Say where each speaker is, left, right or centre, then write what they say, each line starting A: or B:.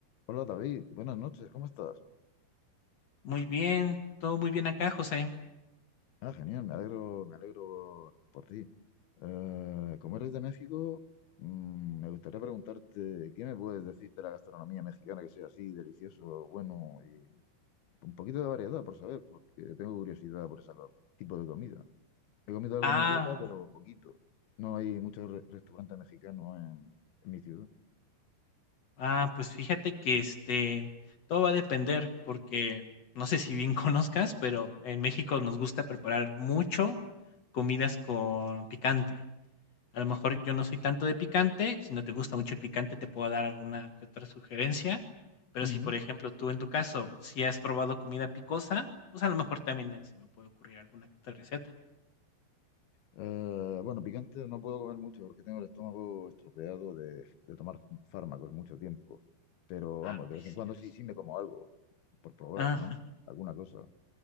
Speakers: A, on the left; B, on the left.
A: Hola David, buenas noches, ¿cómo estás?
B: Muy bien, todo muy bien acá, José.
A: Ah, genial, me alegro, me alegro por ti. Eh, como eres de México, mm, me gustaría preguntarte, ¿qué me puedes decir de la gastronomía mexicana que sea así, delicioso, bueno y un poquito de variedad por saber, porque tengo curiosidad por ese tipo de comida. He comido algo
B: Ah,
A: en Europa, pero poquito. No hay muchos re- restaurantes mexicanos en, en mi ciudad.
B: ah, pues fíjate que este, todo va a depender porque no sé si bien <laughs> conozcas, pero en México nos gusta preparar mucho comidas con picante. A lo mejor yo no soy tanto de picante, si no te gusta mucho el picante te puedo dar alguna que otra sugerencia, pero
A: Ujú.
B: si por ejemplo tú en tu caso si has probado comida picosa, pues a lo mejor también eh, se me puede ocurrir alguna que otra receta.
A: Eh, bueno, picante no puedo comer mucho porque tengo el estómago estropeado de, de tomar fármacos mucho tiempo. Pero vamos,
B: Ah,
A: de
B: ay
A: vez
B: cielos.
A: en cuando sí, sí me como algo por probar,
B: Ah,
A: ¿no? Alguna cosa.